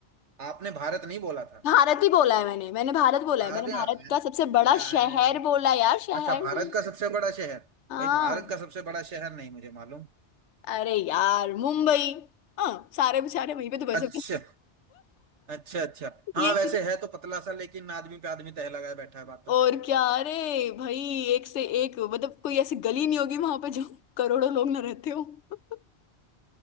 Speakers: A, on the right; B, on the left.
A: आपने भारत नहीं बोला था
B: है भारत ही बोला है मैंने मैंने भारत बोला
A: अरे
B: है मैंने भारत
A: आप मैंने
B: का सबसे बड़ा
A: ना-
B: शहर बोला यार शहर
A: अच्छा भारत
B: से
A: का सबसे बड़ा शहर
B: हाँ
A: भाई भारत का सबसे बड़ा शहर नहीं मुझे मालूम
B: अरे यार मुंबई हाँ सारे बेचारे वहीं पे तो बस
A: अच्छा अच्छा अच्छा हाँ
B: ये
A: वैसे है तो पतला सा लेकिन आदमी पे आदमी तह लगाए बैठा है बात तो
B: और
A: सही है
B: क्या अरे भाई एक से एक मतलब कोई ऐसी गली नहीं होगी वहां पे जो करोड़ों लोग ना रहते हो <laughs>